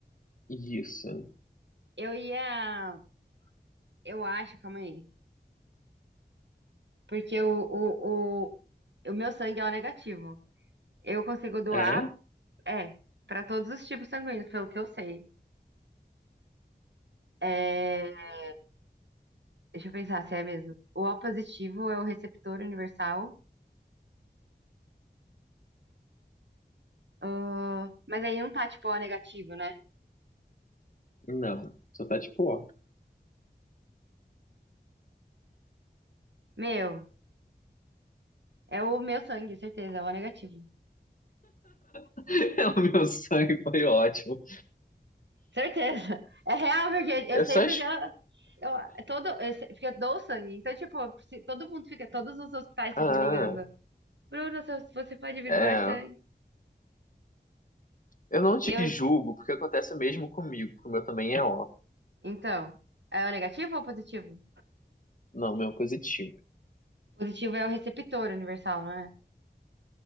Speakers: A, on the left; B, on the right.
A: Isso.
B: Eu ia. Eu acho, calma aí. Porque o, o, o, o meu sangue é o negativo. Eu consigo doar,
A: Ah, É?
B: é, pra todos os tipos sanguíneos, pelo que eu sei. É, deixa eu pensar se é mesmo. O O positivo é o receptor universal. ah, mas aí não tá tipo O negativo, né?
A: Não. Só tá tipo O.
B: Meu, é o meu sangue, certeza, é o O negativo.
A: <laughs> É o meu sangue foi ótimo.
B: Certeza. <laughs> É real, porque eu
A: Eu
B: sei
A: só.
B: porque
A: es-
B: ela. Eu, todo, eu sei- porque eu dou sangue. Então, tipo, se- todo mundo fica, todos os hospitais
A: Ah,
B: ficam ligando. Bruno, se você pode vir
A: é.
B: doar sangue.
A: Eu não te
B: Eu,
A: julgo, porque acontece o mesmo comigo, porque o meu também é ó.
B: então, é o negativo ou o positivo?
A: Não, o meu é positivo.
B: Positivo é o receptor universal, não é?